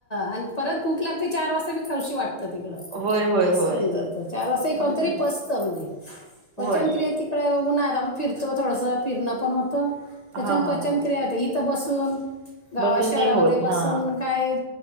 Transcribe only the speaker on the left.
आणि परत भूक लागते चार वाजता मी खशी वाटत तिकडं
असं
म्हत चार वर्ष
कोणतरी पचत म्हज पचन
क्रिया तकडे बघ उन्हत आपण फिरतो थोडसं फिरण पण होतं त्याच्यान
पचनक्रिया
हो इ तथ बसून गावा
शहरामध्ये
बस
काय